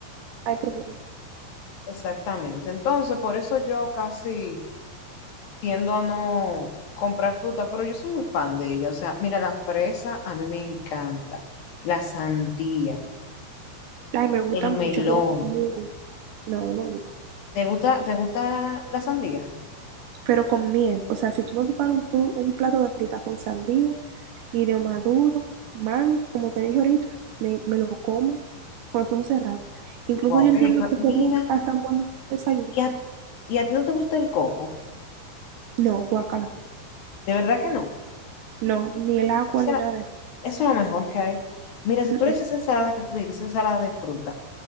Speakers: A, on the right; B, on the left.
A: hay problema.
B: exactamente. Entonces, por eso yo casi tiendo a no comprar fruta, pero yo soy muy fan de ella. O sea, mira, la fresa a mí me encanta. La sandía,
A: Ay, me gusta
B: el melón.
A: mucho, pero conmigo. No, no me gusta.
B: ¿Te gusta, te gusta la sandía?
A: pero con miel. O sea, si tú me preparas un, fru- un plato de fruta con sandía, guineo maduro, mango, como te dije ahorita, me, me lo como con los ojos cerrados. Incluso
B: Wow,
A: yo entiendo
B: qué rico.
A: que
B: Mira,
A: sería hasta un buen desayuno.
B: ¿y a, y a ti no te gusta el coco?
A: No, guacala.
B: De verdad que
A: No, ni el agua ni
B: no.
A: nada de eso.
B: Eso es lo mejor que hay. Mira, si
A: Mm,
B: tú le
A: mm.
B: echas ensalada, que tú dices esa ensalada de fruta